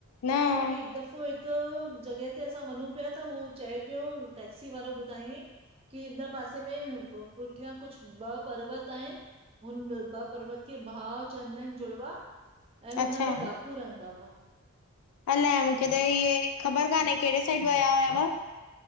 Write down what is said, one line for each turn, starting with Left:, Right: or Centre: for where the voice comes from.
Left: न
Right: छोकी हिकु दफ़ो क्यो हिकु जॻह ते असां वनु पिया त हू चए पियो टैक्सी वारो ॿुधायईं की हिन पासे में पुठियां कुझ ॿ पर्वत आहिनि हुन <unintelligible> ॿ पर्वत के भाव चवंदा आहिन जुड़वा, ऐं
Left: अच्छा
Right: हुनमें डाकू रहंदा हुआ
Left: अलाए मूंखे त ईहे ख़बर कान्हे, केड़े साइड वया हुयव